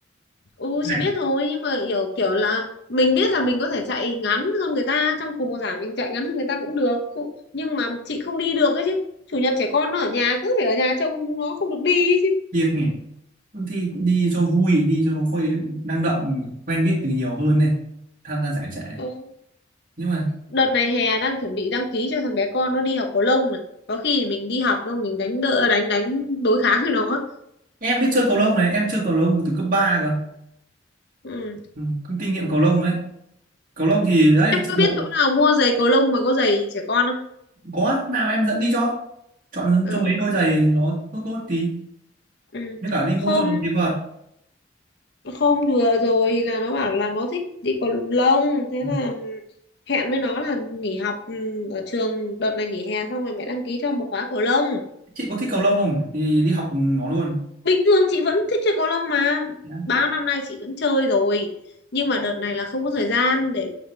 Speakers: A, on the left; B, on the right.
A: ừ
B: giải
A: chị biết rồi nhưng mà kiểu kiểu là mình biết là mình có thể chạy ngắn hơn người ta trong cùng một giải mình chạy ngắn hơn người ta cũng được Không- nhưng mà chị không đi được ấy chứ chủ nhật trẻ con nó ở nhà cứ phải ở nhà trông chúng nó không được đi ấy chứ
B: việc nhỉ thì đi cho vui đi cho nó khuây năng động quen biết từ nhiều hơn này tham gia giải chạy
A: ừ.
B: nhưng mà
A: đợt này hè đang chuẩn bị đăng ký cho thằng bé con nó đi học cầu lông này có khi thì mình đi học xong mình đánh đỡ đánh đánh đối kháng với nó
B: em biết chơi cầu lông này em chơi cầu lông từ cấp 3 cơ
A: ừ.
B: ừ, có kinh nghiệm cầu lông đấy cầu lông thì đấy
A: em
B: chạy
A: có biết
B: bộ
A: chỗ nào mua giày cầu lông mà có giày trẻ con không
B: có nào em dẫn đi cho chọn
A: ừ.
B: cho mấy đôi giày nó tốt tốt tí
A: ừ.
B: Nếu cả đi mua
A: hôm
B: cho đúng cái vợt.
A: hôm vừa rồi là nó bảo là nó thích đi cầu lông thế
B: Ừ.
A: là ừ, hẹn với nó là nghỉ học ừ, ở trường đợt này nghỉ hè xong rồi mẹ đăng ký cho một khóa cầu lông
B: Chị có thích cầu lông không? Thì đi học cùng nó luôn.
A: bình thường chị vẫn thích chơi cầu lông mà
B: Nhá.
A: bao năm nay chị vẫn chơi rồi nhưng mà đợt này là không có thời gian để